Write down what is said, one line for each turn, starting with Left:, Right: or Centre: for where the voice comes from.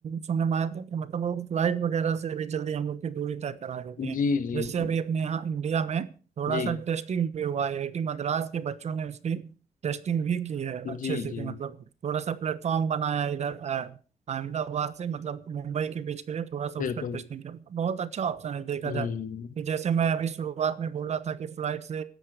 Right: सुनने में आया था कि मतलब वो फ्लाइट वगैरह से भी जल्दी हम लोग की दूरी तय करा देती हैं
Left: जी जी
Right: जैसे
Left: जी
Right: अभी अपने यहाँ इंडिया में थोड़ा
Left: जी
Right: सा टेस्टिंग भी हुआ है आईआईटी मद्रास के बच्चों ने उसकी टेस्टिंग भी की है अच्छे
Left: जी
Right: से
Left: जी
Right: कि मतलब थोड़ा सा प्लेटफॉर्म बनाया है इधर अ, अहमदाबाद से मतलब मुंबई के बीच के लिए थोड़ा सा
Left: बिल्कुल
Right: उसका टेस्टिंग किया बहुत अच्छा ऑप्शन है देखा
Left: हम्म
Right: जाए कि जैसे मैं अभी शुरुआत में बोला था कि फ्लाइट से